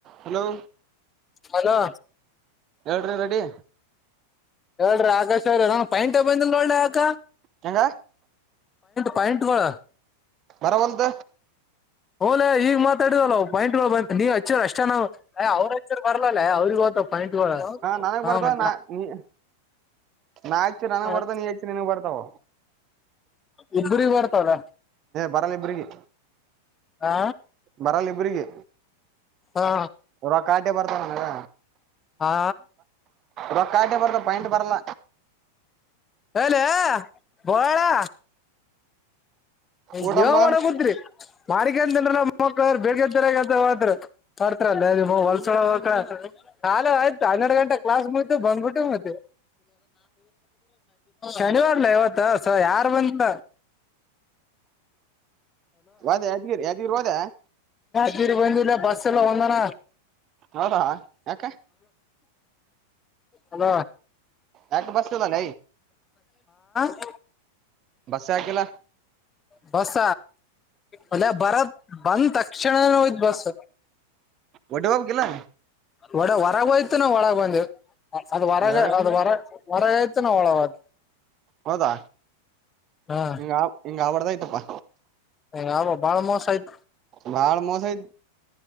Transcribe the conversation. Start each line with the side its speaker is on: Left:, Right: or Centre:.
Right: Hello..
Left: hello..
Right: ಎಏ್ರ ready.
Left: ಹೇಳ್ರಿ ಆಕಾಶ್ರ ನನ್ ಪೈಂಟ ಬಂದಿಲ್ಲ ನೋಡಳ್ಳೆ ಆ..
Right: ಕೆಂಗ.
Left: ಪ್ಯಾಂಟ್ ವಳ.
Right: ಮರ ಒಂತ..
Left: ಹಓಲ ಈಗಗ್ ಮಾತಾಡಿದಲ್ಲ ಪಾಯಿಂಟ್ ಬ ನೀವ ಹಚ್ಚ ಅಷ್ಟ ಅವ್ರರು ಹಚ್ಚರ್ ಬರ್ಲಲ್ಲ ಅವ್ರಗ.. ಪನ್ನಿಟಳ
Right: ನನಗ್
Left: ಹ
Right: ಬರ್ತಾವ
Left: ಮ..
Right: ನಾ ನೀ ನಾ ಹಚ್ಚಿ ನನಗ್
Left: ಹ.
Right: ಬರ್ತಾವ ನೀ ಹಚ್ಚಿ ನಿನಗ್ ಬರ್ತಾವ
Left: ಇಬ್ರ ಬರ್ತದ.
Right: ಬರಲ್ಲ ಇಬ್ರಗಿ..
Left: ಆ.
Right: ಬರಲ್ಲ ಇಬ್ರಿಗೆ
Left: ಹಾ
Right: ರ ಕಾಟೆ ಬರ್ತಾನ ನನಗ.
Left: ಹಾ.
Right: ರೊಕ್ಕಾಟೆ ಬರ್ತ ಪಾಯಂಟ್ ಬರಲ್ಲ..
Left: ಲ ಬಯಳ.. ಒ
Right: ಊಟಂಬ
Left: ಜೀವ ಮಾಡಗದ್ರಿ.. ಮಾರಿಕಂತನ್ ಮ ಬೇಳ್ಗಂತ ಹ ಹೊರ್ತಲ್ಲ ಹೊಲ್ಸಳ ಹಕ್ಕಳ.. ಕಾಲ ಆಯ್ತು ಹನ್ನೆರಡು ಗಂಟೆ ಕ್ಲಾಸ್ ಮುಗತು ಬಂದ್ಬಿಟ್ಟು ಮತ್ತೆ.. ಶನಿವಾರಲ ಇವತ್ತ ಸ ಯಾರು ಬಂತ..
Right: ಹದ ಯಾದ್ಗೀರಿ ಯಾದಗೀರಿ ಹೋದ..
Left: ತಿರುಬಂದೂ ಇಲ್ಲ ಬಸ್ಸ ಎಲ್ಲ ಒಂದಾನ..
Right: ಹೌದಾ ಯಾಕ
Left: ಅದ..
Right: ಆಟ ಬಾಸತ ಬಾನ..
Left: ಹ..
Right: ಕ ಆಕಲ್ಲ..
Left: ಬಸ ಅಲ್ಲ ಬರತ್.. ಬಂದ್ ತಕ್ಷಣ ಹೋಯ್ತ್ ಬಸ್.
Right: ವಟೆ ಬಾಬ ಗಲ್ಲ..
Left: ಒಡೆ ಹೊರಗಯ್ತೆ ನಾವು ಒಳಗ ಬಂದ್ ಅದ್ ಹೊರಗ
Right: ಹ
Left: ಅದ್ ಹೊರ ಹೊರಗ ಯ್ತೆ ನಾ ಒಳಗ.
Right: ಹೌದಾ
Left: ಹಾ
Right: ಹಿಂಗ ಹಿಂಗ ಆಬಡ್ದ ಆಯ್ತಪ್ಪಾ.
Left: ಹ ಅಬಾಳ ಮೋ ಸ ಆಯತು.
Right: ಭಾಳ ಮೋಸ ಐತ.